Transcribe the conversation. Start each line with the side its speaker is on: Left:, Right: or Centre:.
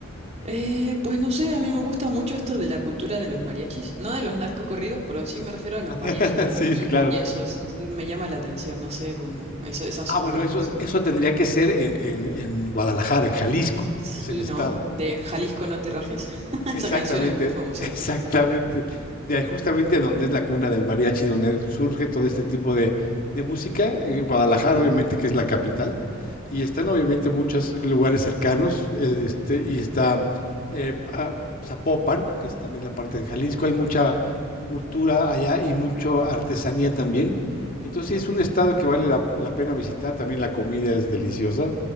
Right: Eh, pues no sé, a mí me gusta mucho esto de la cultura de los mariachis, no de los narcocorridos, pero sí me refiero a los
Left: <laughs>
Right: mariachis antiguos
Left: Sí, sí, claro.
Right: y eso, sí, sí, me llama la atención, no sé, como esa- esas
Left: Ah,
Right: zonas
Left: bueno, eso,
Right: así.
Left: eso tendría que ser en- en Guadalajara, en Jalisco,
Right: Sí,
Left: que es el estado.
Right: ¿no? De Jalisco no te rajes, <laughs>
Left: Exactamente,
Right: esa canción es muy famosa.
Left: exactamente. De justamente donde es la cuna del mariachi, donde surge todo este tipo de, de música, en Guadalajara, obviamente, que es la capital, y están obviamente muchos lugares cercanos, eh, este, y está eh, pa- Zapopan, que es también la parte de Jalisco, hay mucha cultura allá y mucha artesanía también. Entonces sí es un estado que vale la, la pena visitar, también la comida es deliciosa.